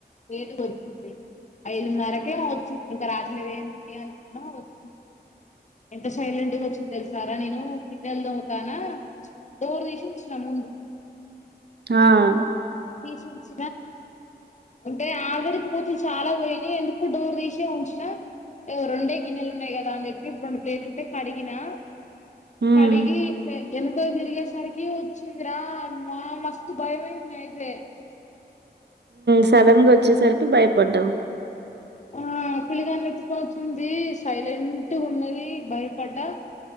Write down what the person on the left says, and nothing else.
వేటు వచ్చింది ఐదున్నరకే వచ్చింది ఇంకా రాట్లో ఏం చేయాలనుకున్నా వచ్చింది ఎంత సైలెంట్గా వచ్చింద తెలుసారా నేను కిందె వెళ్దవుతానా డోర్ తీసికుచ్చిన ముందు
తీషచ్చ అంటే ఆలరి కోతులు చాలా పోయినాయి ఎందుకు డోర్ తీసే ఉంచిన రెండే గిన్నెలు ఉన్నాయి కదా అని చెప్పి ఇప్పుడు రెండు ప్లేట్లు ఉంటే కడిగినా
కడిగి ఎనకయి దిరిగ సరికి వచ్చిందిరా మా మస్తు భయమయి రే
ఆ పిలిగాన్ని ఎత్తుకొనిచ్చంది సైలెంట్ ఉన్నది భయపడ్డా